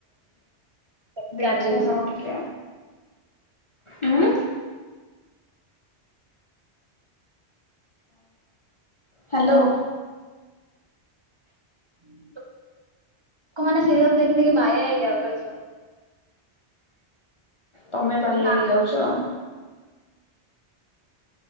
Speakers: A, on the right; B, on the left.
A: ବେକାର
B: ଦେଖୁନ
A: ଜିନିଷ
B: ଟିକେ ଉଁ? ହାଲୋ।
A: ଲୋକ ମାନେ ସିରିୟଲ ଦେଖି ଦେଖି ବାୟା ହେଇଯାଉାଛନ୍ତି ସବୁ।
B: ତମେ ବାଇଆ
A: ନା
B: ହେଇଯାଉଛ?